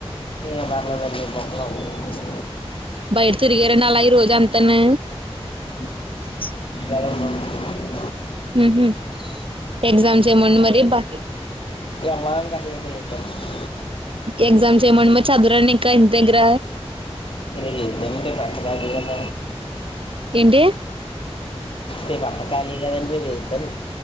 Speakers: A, on the left; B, on the right.
A: ఏమి పర్లేదండి <inaudible>
B: బయట తిరిగార అండి అలా ఈ రోజు అంతను.
A: <inaudible>
B: హుహ్ ఎగ్జామ్ ఏమో అండి మరి బ
A: ఎవ్వాలని కాసేపు చెప్పాను రేపు
B: ఎక్జామ్స్ ఏం అండి మరి చదవరా అండి ఇంకా దగ్గర
A: ఇ ఇద్దే పెట్టదగద
B: ఏంటి
A: రేపంత ఖాలీ కదండీ వెళ్తారు